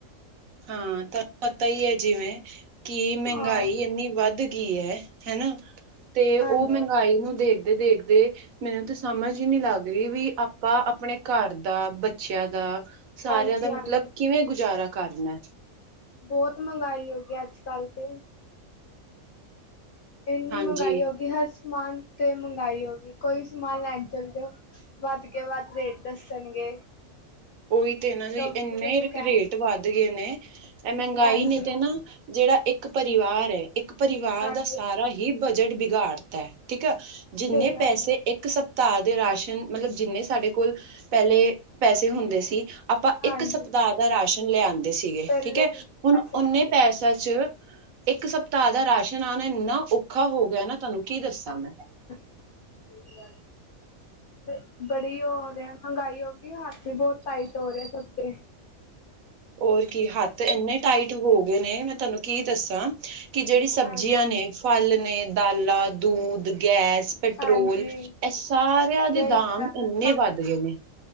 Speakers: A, on the right; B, on the left.
A: ਹਾਂ ਤੁਹਾਨੂੰ ਪਤਾ ਹੀ ਹੈ, ਜਿਵੇਂ ਕਿ ਮਹਿੰਗਾਈ
B: ਹਾਂ
A: ਇੰਨੀ ਵੱਧ ਗੀ ਹੈ ਹਨਾ, ਤੇ ਉਹ
B: ਹਾਂਜੀ
A: ਮਹਿੰਗਾਈ ਨੂੰ ਦੇਖਦੇ ਦੇਖਦੇ। ਮੈਨੂੰ ਤਾਂ ਸਮਝ ਹੀ ਨਹੀਂ ਲੱਗ ਰਹੀ ਵੀ, ਆਪਾਂ ਆਪਣੇ ਘਰ ਦਾ ਬੱਚਿਆਂ ਦਾ। ਸਾਰਿਆਂ
B: ਹਾਂਜੀ
A: ਦਾ
B: ਹਾਂਜੀ
A: ਮਤਲਬ ਕਿਵੇਂ ਗੁਜ਼ਾਰਾ ਕਰਨਾ ਹੈ।
B: ਬਹੁਤ ਮਹਿੰਗਾਈ ਹੋ ਗਈ ਅੱਜ-ਕੱਲ ਤੇ, ਇੰਨੀ
A: ਹਾਂਜੀ
B: ਮਹਿੰਗਾਈ ਹੋ ਗਈ, ਹਰ ਸਮਾਨ ਤੇ ਮਹਿੰਗਾਈ ਹੋ ਗਈ ਕੋਈ ਵੀ ਸਮਾਨ ਲੈਣ ਚੱਲ ਜਾਓ। ਵੱਧ ਕੇ ਵੱਧ ਰੇਟ ਦੱਸਣਗੇ।
A: ਉਹੀ ਤੇ ਇਹ ਨਾ ਜੇ
B: ਲੋਕ
A: ਇੰਨੇ
B: ਕਹਿ
A: ਰੇਟ ਵੱਧ ਗਏ, ਨੇ ਇਹ ਮਹਿੰਗਾਈ
B: ਹਾਂਜੀ
A: ਨੇ ਤੇ ਨਾ ਜਿਹੜਾ ਇੱਕ ਪਰਿਵਾਰ ਹੈ, ਇੱਕ ਪਰਿਵਾਰ
B: ਹਾਂਜੀ
A: ਦਾ ਸਾਰਾ ਹੀ ਬਜਟ ਬਿਗਾੜ ਠੀਕ ਆ ਜਿੰਨੇ
B: ਸਹੀ ਗੱਲ
A: ਪੈਸੇ,
B: ਹੈ
A: ਇੱਕ ਸਪਤਾਹ ਦੇ ਰਾਸ਼ਨ ਮਤਲਬ ਜਿੰਨੇ ਸਾਡੇ ਕੋਲ ਪਹਿਲੇ, ਪੈਸੇ ਹੁੰਦੇ ਸੀ ਆਪਾਂ
B: ਹਾਂਜੀ
A: ਇੱਕ ਸਪਤਾਹ ਦਾ ਰਾਸ਼ਨ ਲਿਆਂਂਦੇ ਸੀਗੇ,
B: ਪਹਿਲੇ
A: ਠੀਕ ਹੈ
B: ਹੀ
A: ਹੁਣ
B: ਪੈਸੇ ਲੱਗ
A: ਓਨੇ ਪੈਸਾ ਚ ਇਕ ਸਪਤਾਹ ਦਾ ਰਾਸ਼ਨ ਆਣਾ ਇੰਨਾ ਉ ਔਖਾ ਹੋ ਗਿਆ, ਨਾ ਤੁਹਾਨੂੰ ਕੀ ਦੱਸਾਂ ਮੈਂ
B: ਹ ਬੜੀ ਉਹ ਹੋ ਰਿਹਾ ਮਹਿੰਗਾਈ ਹੋ ਗਈ, ਹੱਥ ਵੀ ਬਹੁਤ ਟਾਈਟ ਹੋ ਰਿਹਾ ਸਗੇ।
A: ਹੋਰ ਕੀ ਹੱਥ ਇੰਨੇ ਟਾਈਟ ਹੋ ਗਏ, ਨੇ ਮੈਂ ਤੁਹਾਨੂੰ ਕੀ ਦੱਸਾਂ। ਕਿ ਜਿਹੜੀ, ਸਬਜ਼ੀਆਂ
B: ਹਾਂਜੀ
A: ਨੇ, ਫਲ ਨੇ, ਦਾਲਾਂ ਦੂਧ ਗੈਸ, ਪੈਟਰੋਲ
B: ਹਾਂਜੀ
A: ਇਹ ਸਾਰਿਆਂ ਦੇ
B: ਸਹੀ
A: ਦਾਮ,
B: ਗੱਲ
A: ਇੰਨੇ
B: ਆ।
A: ਵੱਧ ਗਏ ਨੇ।